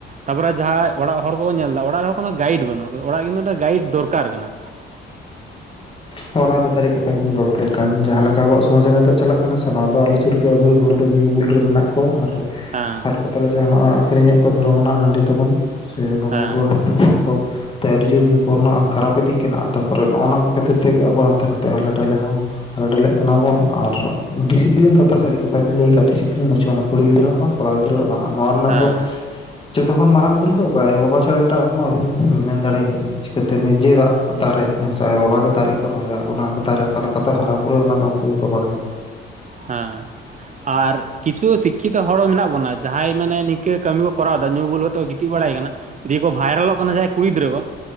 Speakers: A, on the right (about 40°); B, on the left (about 25°).
A: ᱛᱟᱨᱯᱚᱨᱮ ᱡᱟᱦᱟᱸᱭ ᱚᱲᱟᱜ ᱦᱚᱲ ᱠᱚᱠᱚ ᱧᱮᱞ ᱮᱫᱟ ᱚᱲᱟᱜ ᱨᱮᱱ ᱦᱚᱲ ᱠᱚᱱᱳ ᱜᱟᱭᱤᱰ ᱵᱟᱹᱱᱩᱜᱼᱟ ᱚᱲᱟᱜ ᱠᱤᱱᱛᱩ ᱢᱤᱫ ᱜᱟᱭᱤᱰ ᱫᱚᱨᱠᱟᱨ ᱠᱟᱱᱟ।
B: ᱦᱚᱸ ᱚᱱᱟ ᱫᱚ ᱥᱟᱹᱨᱤ ᱠᱟᱛᱷᱟ ᱜᱮᱵᱤᱧ ᱨᱚᱲ ᱠᱟᱜᱼᱟ ᱮᱠᱟᱞ ᱡᱟᱦᱟᱸ ᱞᱮᱠᱟ ᱟᱵᱚᱣᱟᱜ ᱥᱚᱢᱟᱡ ᱨᱮ ᱱᱤᱛᱚᱜ ᱪᱟᱞᱟᱜ ᱠᱟᱱᱟ ᱥᱮ ᱱᱚᱣᱟ ᱫᱚ ᱟᱹᱰᱤ ᱼᱼ ᱩᱰᱤ ᱡᱩᱨ ᱜᱮ ᱟᱵᱚᱨᱮᱱ ᱦᱚᱲ ᱫᱚ ᱧᱩ ᱵᱩᱞ ᱨᱮ ᱢᱮᱱᱟᱜ ᱼᱼ ᱠᱚᱣᱟ ᱠᱚ ᱟᱨ
A: ᱦᱮᱸ
B: ᱦᱟᱴ ᱠᱚᱛᱟᱨᱮ ᱡᱟᱦᱟᱸ ᱱᱚᱜᱼᱚᱭ ᱟᱠᱷᱨᱤᱧᱮᱫ ᱠᱚ ᱫᱷᱚᱨᱚᱢᱱᱟᱜ ᱦᱟᱺᱰᱤ ᱛᱟᱵᱚᱱ। ᱥᱮ ᱵᱚᱸᱜᱟ
A: ᱦᱮᱸ
B: ᱵᱩᱨᱩ ᱦ ᱠᱚ ᱛᱮ ᱟᱹᱰᱤ ᱡᱳᱨ ᱜᱮ ᱠᱚᱱᱼᱟ ᱠᱷᱟᱨᱟᱯ ᱤᱫᱤᱜ ᱠᱟᱱᱟ ᱛᱟᱯᱚᱨᱮ ᱱᱚᱜᱼᱚ ᱱᱚᱣᱟ ᱠᱚ ᱠᱷᱟᱹᱛᱤᱨ ᱛᱮ ᱛᱮᱜᱮ ᱟᱵᱚ ᱦᱟᱱᱛᱮ ᱱᱟᱛᱮ ᱦᱟᱞᱮ ᱰᱟᱹᱟᱞᱮ ᱦᱚᱸ। ᱦᱟᱞᱮ ᱰᱮᱞᱮᱜ ᱠᱟᱱᱟ ᱵᱚᱱ ᱟᱨ ᱰᱮᱥᱤᱯᱤᱞᱤᱱ ᱠᱟᱛᱷᱟ ᱥᱟᱹᱨᱤ ᱠᱟᱛᱷᱟ ᱵᱤᱱ ᱞᱟᱹᱭ ᱠᱟᱜᱼᱟ ᱰᱤᱥᱤᱯᱤᱞᱤᱱ ᱵᱟᱹᱩᱜ ᱟᱱᱟ ᱠᱩᱲᱤ ᱜᱤᱫᱽᱨᱟᱹᱣᱟᱜ ᱢᱟ ᱼᱼ ᱠᱚᱲᱟ ᱜᱤᱫᱽᱨᱟᱹᱣᱟᱜ ᱵᱟᱝ ᱱᱚᱣᱟ ᱨᱮᱱᱟᱜ
A: ᱦᱮᱸ
B: ᱫᱚᱼᱼ ᱡᱚᱛᱚ ᱠᱷᱚᱱ ᱢᱟᱨᱟᱝ ᱵᱷᱩᱞ ᱫᱚ ᱚᱠᱚᱭ ᱟᱭᱳ ᱵᱟᱵᱟ ᱪᱷᱟᱲᱟ ᱮᱴᱟᱜ ᱦᱚᱲ ᱢᱟ ᱵᱟᱹᱵᱤᱱ ᱢᱮᱱ ᱫᱟᱲᱮᱭᱟᱭᱟ᱾ ᱪᱤᱠᱟᱹ ᱛᱮ ᱱᱤᱡᱮᱨᱟᱜ ᱫᱟᱨᱮ ᱦᱮᱸ ᱥᱮ ᱟᱭᱳᱼᱵᱟᱵᱟ ᱜᱮ ᱫᱟᱨᱮ <unintelligible> ᱠᱚ ᱨᱚᱦᱚᱭᱟ ᱚᱱᱟ ᱫᱟᱨᱮ ᱚᱠᱟ ᱞᱮᱠᱟᱛᱮ ᱦᱟᱨᱟ ᱵᱩᱨᱩᱨᱩᱭᱟ ᱚᱱᱟᱫᱚ ᱩᱱᱠᱩ ᱜᱮᱠᱚ ᱵᱟᱲᱟᱭᱟ।
A: ᱦᱮᱸ ᱟᱨ ᱠᱤᱪᱷᱩ ᱥᱤᱠᱠᱷᱤᱛᱚ ᱦᱚᱲ ᱦᱚᱸ ᱢᱮᱱᱟᱜ ᱵᱚᱱᱟ ᱡᱟᱦᱟᱸᱭ ᱢᱟᱱᱮ ᱱᱤᱝᱠᱟᱹ ᱠᱟᱹᱢᱤ ᱠᱚ ᱠᱚᱨᱟᱣᱮᱫᱟ ᱧᱩ ᱵᱩᱞ ᱠᱟᱼᱼ ᱛᱚ ᱜᱤᱛᱤᱡ ᱵᱟᱲᱟᱭ ᱠᱟᱱᱟ ᱫᱤᱭᱮ ᱠᱚ ᱵᱷᱟᱭᱨᱟᱞᱚᱜ ᱠᱟᱱᱟ ᱡᱟᱦᱟᱸᱭ ᱠᱩᱲᱤ ᱜᱤᱫᱽᱨᱟᱹ ᱠᱚ᱾